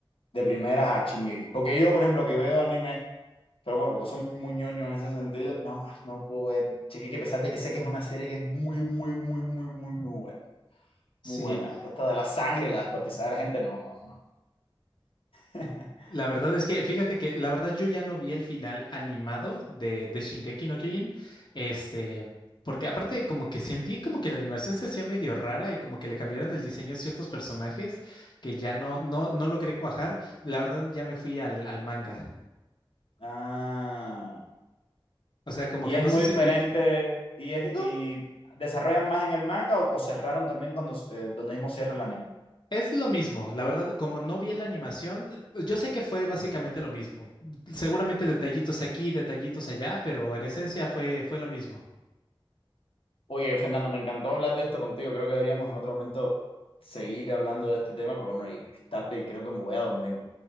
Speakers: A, on the left (about 80°); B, on the left (about 55°).
A: de primeras a Shingeki. Porque yo, por ejemplo, que veo anime, pero bueno, porque soy muy ñoño en ese sentido, no más, no puedo ver Shingeki, a pesar de que sé que es una serie que es muy, muy, muy, muy, muy, muy buena.
B: Sí,
A: Muy buena. Todo esto de la sangre, la descuartizada de la gente, no, no, no. <laughs>
B: La verdad es que, fíjate que, la verdad yo ya no vi el final animado de, de Shingeki no Kyojin, este, porque aparte como que sentí como que la animación se hacía medio rara y como que le cambiaron el diseño a ciertos personajes que ya no, no, no logré cuajar. La verdad ya me fui al, al manga.
A: Ah,
B: O sea, como
A: y
B: que
A: es
B: no
A: muy
B: sé
A: diferente,
B: si veías...
A: y es,
B: No,
A: y desarrollan más en el manga o, o cerraron también cuando eh, donde mismo cierra el anime.
B: es lo mismo. La verdad, como no vi la animación, yo sé que fue básicamente lo mismo. Seguramente detallitos aquí, detallitos allá, pero en esencia fue, fue lo mismo.
A: Oye, Fernando, me encantó hablar de esto contigo. Creo que deberíamos en otro momento seguir hablando de este tema, pero bueno, y es tarde y creo que me voy a dormir.